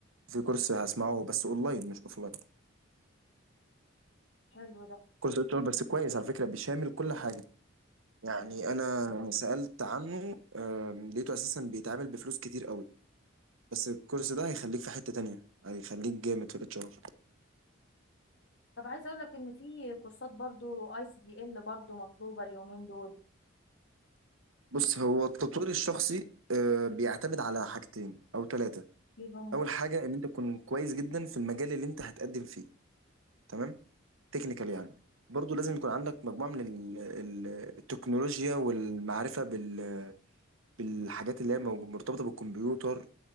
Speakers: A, on the right; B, on the left.
A: في كورس هسمعه بس اونلاين مش اوفلاين
B: حلو ده.
A: كورس اتش ار بس كويس على فكرة بيشامل كل حاجة يعني
B: حلو.
A: انا سألت عنه آم، لقيته اساسا بيتعامل بفلوس كتير قوي بس الكورس ده هيخليك في حتة تانية هيخليك جامد في الاتش ار
B: طب عايز اقولك ان فيه كرسات برضو اي سي دي ال برضو مطلوبة اليومين دول.
A: بص هو التطوير الشخصي آه، بيعتمد على حاجتين او ثلاثة
B: ليه هم?
A: اول حاجة ان انت تكون كويس جدا في المجال اللي انت هتقدم فيه تمام تكنيكال يعني برضو لازم يكون عندك مجموعة من ال- ال- التكنولوجيا والمعرفة بال بالحاجات اللي هي مو- مرتبطة بالكمبيوتر